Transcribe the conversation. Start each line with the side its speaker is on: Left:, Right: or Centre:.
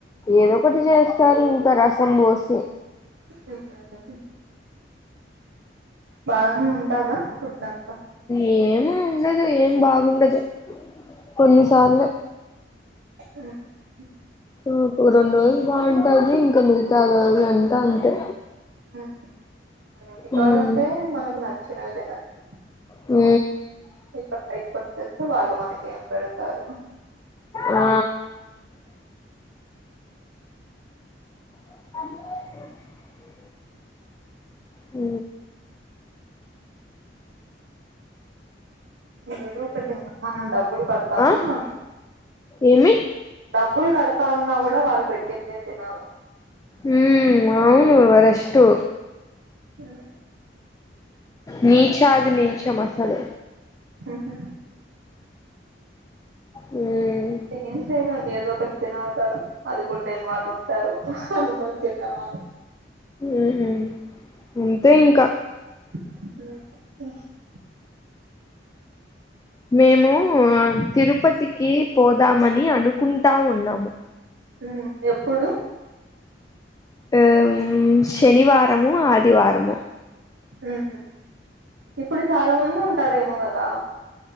Left: ఏదోకటి చేస్తారు ఇంక రసం బోసి
Right: తిన్నా నా బాగనే ఉంటాదా ఫుడ్డంతా
Left: ఏం ఉండదు ఏం బాగుండదు, కొన్నిసార్లె
Right: ఉ ఉ
Left: ఉ రెండు రోజులు బాగుంట్ తాది ఇంక మిగతా రోజులు అంతా అంతే
Right: ఊహు ఇంటి కాడ
Left: మ్మ్
Right: ఉంటే మనకు నచ్చినవి తినొచ్చు
Left: ఊ
Right: ఇట్లా బయట్కొచ్చేస్తే వాళ్ళు మనకేం పెడతారు
Left: ఆ <unintelligible> ఊ
Right: ఎదో ఒకటి మనం డబ్బులు కడతాన్ను
Left: ఆ
Right: మనం
Left: ఏమి
Right: డబ్బులు కడతా ఉన్నా గూడా వాళ్ళు పెట్టిందే తినాల
Left: మ్మ్ అవును వరెష్టు
Right: హ్మ్.
Left: నీఛాది నీఛం అసలు
Right: ఊహు
Left: మ్మ్
Right: ఏం చేయ్యలేం ఏ ఏదో ఒకటి తినాలి కదా అది కూడ్లేని వాళ్ళుంటారు అనుకోని తినాలి మనం
Left: ఊహు అంతే ఇంక
Right: ఊ హు
Left: మేమూ తిరుపతికి పోదామని అనుకుంటా ఉన్నాము.
Right: ఊ ఎప్పుడు?
Left: ఉమ్ శనివారమో ఆదివారమో
Right: ఊహు ఇప్పుడు చాలా మంది ఉంటారేమో గదా